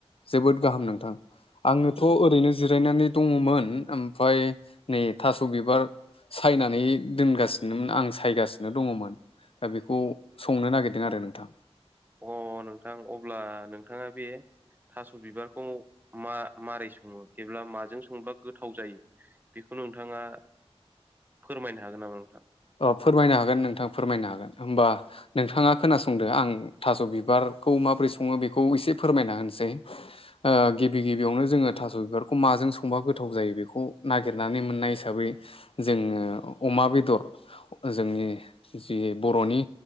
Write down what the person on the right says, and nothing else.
अ नोंथां अब्ला नोंथाङा बे थास' बिबारखौ मा मारै सङो एब्ला माजों संब्ला गोथाव जायो? बेखौ नोंथाङा फोरमायनो हागोन नामा नोंथां?